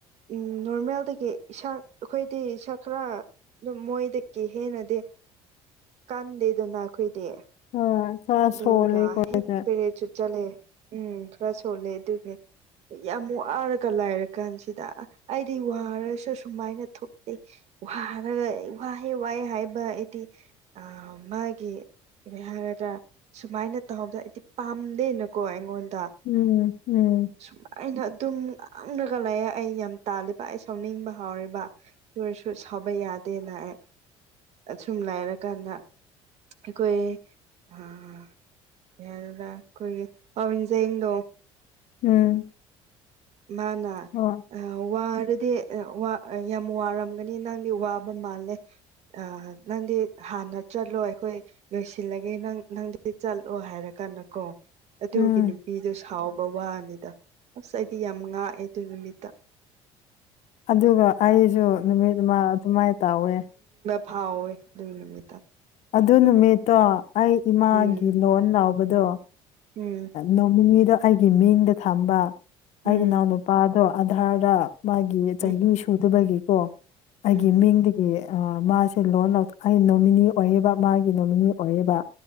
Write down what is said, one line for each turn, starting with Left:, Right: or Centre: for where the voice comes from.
Right: ꯎꯝ ꯅꯣꯔꯃꯦꯜꯗꯒꯤ ꯏꯁꯥ ꯑꯩꯈꯣꯏꯗꯤ ꯏꯁꯛ ꯈꯔ ꯑꯗꯨꯝ ꯃꯣꯏꯗꯒꯤ ꯍꯦꯟꯅꯗꯤ ꯀꯟꯗꯦꯗꯅ ꯑꯩꯈꯣꯏ ꯗꯤ
Left: ꯍꯣꯏ ꯈꯔ
Right: ꯑꯗꯨꯒ
Left: ꯁꯣꯜꯂꯦꯀꯣ
Right: ꯍꯦꯛ
Left: ꯑꯩꯁꯦ
Right: ꯄꯦꯔꯦꯠꯁꯨ ꯆꯠꯂꯦ ꯎꯝ ꯈꯔ ꯁꯣꯜꯂꯦ ꯑꯗꯨꯒ ꯌꯥꯝ ꯋꯥꯔꯒ ꯂꯥꯏꯔ ꯀꯥꯟꯁꯤꯗ ꯑꯩꯗꯤ ꯋꯥꯔꯁꯨ ꯁꯨꯃꯥꯏꯅ ꯊꯣꯛꯇꯦ ꯋꯥꯔꯒ ꯑꯦ ꯋꯥꯍꯦ ꯋꯥꯍꯦ ꯍꯥꯏꯕ ꯑꯩꯗꯤ ꯑꯥ ꯃꯥꯒꯤ ꯀꯔꯤ ꯍꯥꯏꯔꯗ꯭ꯔ ꯁꯨꯃꯥꯏꯅ ꯇꯧꯍꯧꯕꯗꯣ ꯑꯩꯗꯤ ꯄꯥꯝꯗꯦꯅꯀꯣ ꯑꯩꯉꯣꯟ ꯗꯥ
Left: ꯎꯝ ꯎꯝ
Right: ꯁꯨꯃꯥꯏꯅ ꯑꯥꯠ ꯇꯨꯝ ꯉꯥꯡꯂꯒ ꯂꯩꯑꯦ ꯑꯩ ꯌꯥꯝ ꯇꯥꯜꯂꯦꯕ ꯑꯩ ꯁꯥꯎꯅꯤꯡꯕ ꯍꯥꯎꯔꯤꯕ ꯑꯗꯨ ꯑꯣꯏꯁꯨ ꯁꯨ ꯁꯥꯎꯕ ꯌꯥꯗꯦꯅ ꯑꯥꯏ ꯑꯁꯨꯝ ꯂꯩꯥꯔꯀꯥꯟꯗ ꯑꯩꯈꯣꯏ ꯑꯥ ꯌꯥꯔꯕ ꯑꯩꯈꯣꯏꯒꯤ ꯄꯥꯕꯤꯟꯖꯦꯡꯗꯣ
Left: ꯎꯝ
Right: ꯃꯥꯅ
Left: ꯍꯣꯏ
Right: ꯑꯥ ꯋꯥꯔꯗꯤ ꯑꯥ ꯋꯥ ꯌꯥꯝ ꯋꯥꯔꯝ ꯒꯅꯤ ꯅꯪꯗꯤ ꯋꯥꯕ ꯃꯥꯜꯂꯦ ꯑꯥ ꯅꯪꯗꯤ ꯍꯥꯟꯅ ꯆꯠꯂꯣ ꯑꯩꯈꯣꯏ ꯂꯣꯏꯁꯤꯜꯂꯒꯦ ꯅꯪ ꯅꯪꯗꯤ ꯆꯠꯂꯣ ꯍꯥꯏꯔꯒ ꯑꯅ ꯀꯣ ꯑꯗꯨꯒꯤ
Left: ꯎꯝ
Right: ꯅꯨꯄꯤꯗꯨ ꯁꯥꯎ ꯕ ꯋꯥꯅꯤꯗ ꯑꯁ ꯑꯩꯗꯤ ꯌꯥꯝ ꯉꯥꯛꯑꯦ ꯑꯗꯨ ꯅꯨꯃꯤꯠꯇ
Left: ꯑꯗꯨꯒ ꯑꯩꯁꯨ ꯅꯨꯃꯤꯠ ꯑꯗꯨꯃꯥꯏꯅ ꯇꯧꯋꯦ
Right: ꯊꯥꯎꯋꯦ ꯑꯗꯨꯒꯤ ꯅꯨꯃꯤꯠꯇ
Left: ꯑꯗꯨ ꯅꯨꯃꯤꯠꯇꯣ ꯑꯩ ꯏꯃꯥꯒꯤ
Right: ꯎꯝ
Left: ꯂꯣꯟ ꯂꯧꯕꯗꯣ
Right: ꯎꯝ
Left: ꯅꯣꯡꯃꯅꯤꯗ ꯑꯩꯒꯤ ꯃꯤꯡꯗ ꯊꯝꯕ
Right: ꯎꯝ
Left: ꯑꯩ ꯏꯅꯥꯎꯅꯨꯄꯥꯗꯣ ꯑꯙꯥꯔꯗ ꯃꯥꯒꯤ ꯆꯍꯤ
Right: ꯎꯝ
Left: ꯁꯨꯗꯕꯒꯤꯀꯣ ꯑꯩꯒꯤ
Right: ꯎꯝ
Left: ꯃꯤꯡꯗꯒꯤ ꯑꯥ ꯃꯥꯁꯦ ꯂꯣꯟ ꯂꯧ ꯑꯩ ꯅꯣꯃꯤꯅꯤ ꯑꯣꯏ ꯌꯦꯕ ꯃꯥꯒꯤ ꯅꯣꯃꯤꯅꯤ ꯑꯣꯏꯌꯦꯕ